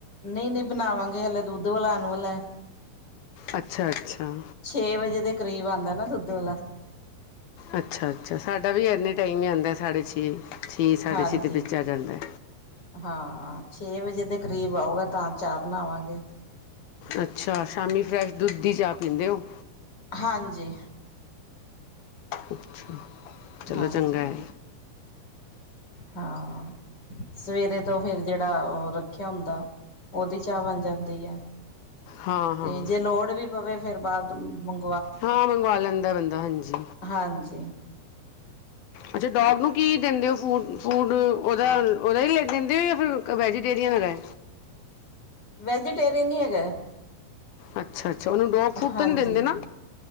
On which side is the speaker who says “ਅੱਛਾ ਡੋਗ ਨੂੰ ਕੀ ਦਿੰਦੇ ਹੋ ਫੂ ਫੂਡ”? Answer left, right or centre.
Left